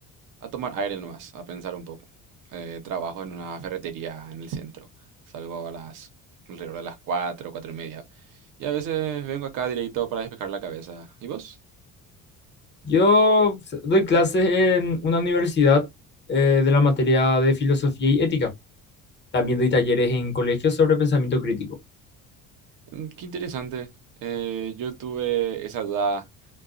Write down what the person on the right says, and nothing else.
a tomar aire nomás, a pensar un poco. Eh, trabajo en una ferretería en el centro. Salgo a las alrededor de las 4, 4 y media. Y a veces vengo acá directo para despejar la cabeza. ¿Y vos?
Mm, Qué interesante. Eh, yo tuve esa duda.